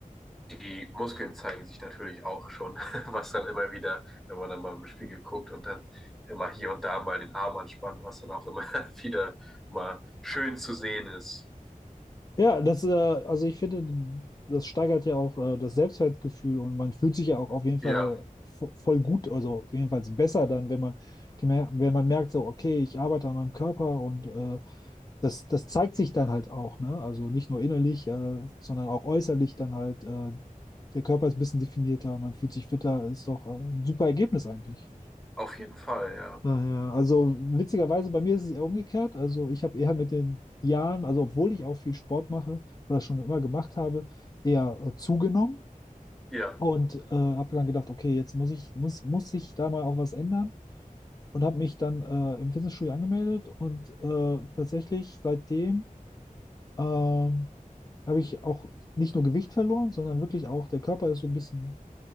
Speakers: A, in the centre; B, on the left.
A: die Muskeln zeigen sich natürlich auch schon, <laughs> was dann immer wieder, wenn man dann mal im Spiegel guckt und dann immer hier und da mal den Arm anspannt, was dann auch immer <laughs> wieder mal schön zu sehen ist.
B: Ja, das, äh, also ich finde, das steigert ja auch äh, das Selbstwertgefühl und man fühlt sich ja auch auf jeden Fall
A: Ja,
B: vo- voll gut, also jedenfalls besser dann, wenn man, gemer- wenn man merkt, so, okay, ich arbeite an meinem Körper und äh, das, das zeigt sich dann halt auch, ne? Also nicht nur innerlich, äh, sondern auch äußerlich dann halt. Äh, der Körper ist ein bisschen definierter, man fühlt sich fitter, ist doch äh, ein super Ergebnis eigentlich.
A: auf jeden Fall, ja.
B: Daher, also witzigerweise, bei mir ist es eher umgekehrt. Also ich habe eher mit den Jahren, also obwohl ich auch viel Sport mache oder schon immer gemacht habe, eher äh, zugenommen
A: Ja,
B: und äh, habe dann gedacht, okay, jetzt muss ich, muss, muss sich da mal auch was ändern und habe mich dann äh, im Fitnessstudio angemeldet und äh, tatsächlich seitdem ähm, habe ich auch nicht nur Gewicht verloren, sondern wirklich auch der Körper ist so ein bisschen